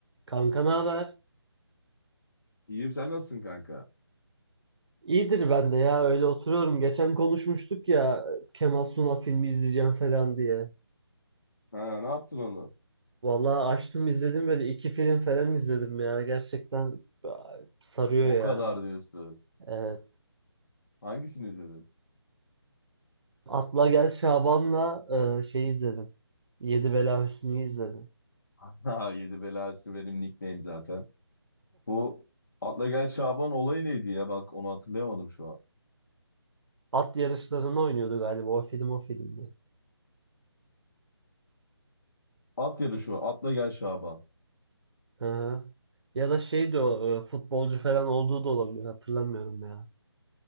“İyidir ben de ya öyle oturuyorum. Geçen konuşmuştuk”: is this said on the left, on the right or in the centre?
Right